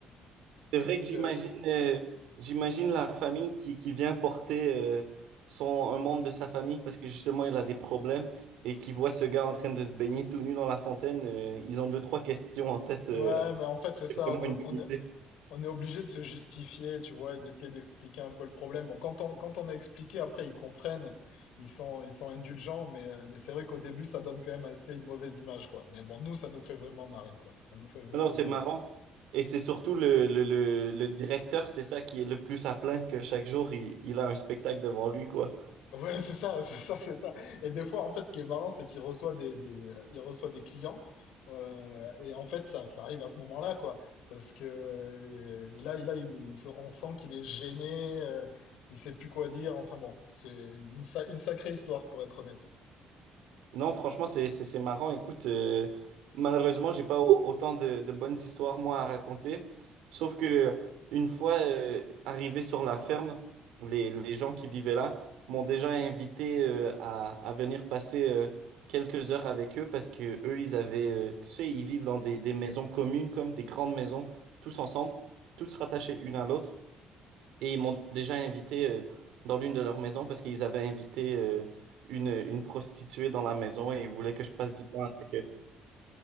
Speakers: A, on the right; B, on the left.
A: C'est vrai que
B: <laughs> c'est-
A: j'imagine euh, j'imagine la famille qui, qui vient porter euh, son, un membre de sa famille parce que justement il a des problèmes et qui voit ce gars en train de se baigner tout nu dans la fontaine. euh, ils ont deux, trois questions en tête. euh,
B: Ouais, mais en fait, c'est ça,
A: c'est vraiment
B: on est,
A: une
B: ob- on
A: bonne idée.
B: est, On est obligé de se justifier, tu vois, et d'essayer d'expliquer un peu le problème. Bon, quand on, quand on a expliqué, après, ils comprennent, ils sont, ils sont indulgents, mais, euh, mais c'est vrai qu'au début, ça donne quand même assez une mauvaise image, quoi. Mais bon, nous, ça nous fait vraiment marrer, quoi. Ça nous fait vraiment
A: Mais Non, c'est
B: rigoler.
A: marrant. Et c'est surtout le, le, le, le directeur, c'est ça qui est le plus à plaindre que chaque jour, il, il a un spectacle devant lui, quoi.
B: Ouais, c'est ça, <laughs> c'est ça, c'est ça. Et des fois, en fait, ce qui est marrant, c'est qu'il reçoit des, des, euh, il reçoit des clients. euh, et en fait, ça, ça arrive à ce moment-là, quoi. Parce que euh, là, et là, il est- il se- on sent qu'il est gêné, euh, il sait plus quoi dire. Enfin bon, c'est une, sa- une sacrée histoire, pour être honnête.
A: Non, franchement, c'est c'est- c'est marrant. Écoute, euh, malheureusement, j'ai pas au- autant de, de bonnes histoires, moi, à raconter. Sauf que euh, une fois euh, arrivé sur la ferme, les, les gens qui vivaient là m'ont déjà invité euh, à, à venir passer euh, quelques heures avec eux parce que eux, ils avaient, euh, tu sais, ils vivent dans des, des maisons communes, comme des grandes maisons, tous ensemble, toutes rattachées une à l'autre. Et ils m'ont déjà invité euh, dans l'une de leurs maisons parce qu'ils avaient invité euh, une, une prostituée dans la maison et ils voulaient que je passe du temps avec elle.